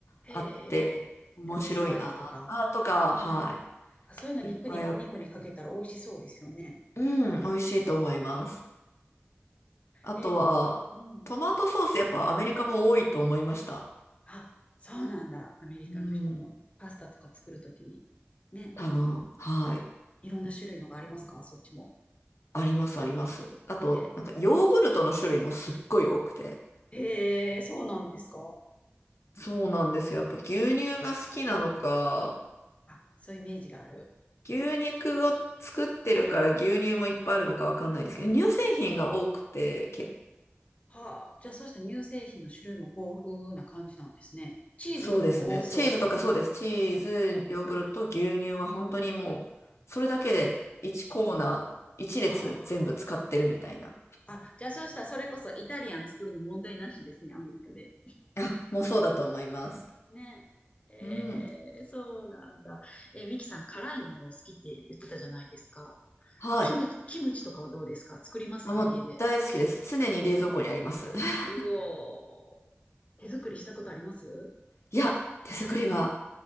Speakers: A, on the left; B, on the left.
A: へえローズマリーとか、
B: あって、面白いな。あ、とか、はい。
A: あ、そういうの肉に、
B: いっぱいあって。
A: お肉にかけたら美味しそうですよね。
B: うん、美味しいと思います。あとは、
A: えー、うん。
B: トマトソースやっぱアメリカも多いと思いました。
A: あ、そうなんだ。アメリカの人もパスタとか作るときに。
B: うん。
A: ね。
B: 多分、はい。
A: いろんな種類のがありますかそっちも。
B: あります、あります。あと、
A: え
B: なんか、ヨーグルトの種類もすっごい多くて。
A: へえ、そうなんですか。
B: そうなんですよ。やっぱ牛乳が好きなのか、
A: あ、そういうイメージがある。
B: 牛肉を作ってるから牛乳もいっぱいあるのかわかんないですけど、乳製品が多くて、け、
A: はあ、じゃあそうした乳製品の種類も豊富な感じなんですね。チーズとかも多そう。
B: そうですね。チーズとかそうです。チーズ、ヨーグルト、牛乳は本当にもう、それだけで1コーナー、1列全部使ってるみたいな。
A: ああ。あ、じゃあそうしたらそれこそイタリアン作るの問題なしですね、アメリカで。
B: あ、もうそうだと思います。
A: ね。えーそうなんだ。
B: うん。
A: え、ミキさん、辛いの好きって言ってたじゃないですか。
B: はい。
A: キム、キムチとかはどうですか作りますか家で。
B: あ、もう大好きです。常に冷蔵庫にあります。<laughs>
A: うおー。手作りしたことあります
B: いや、手作りは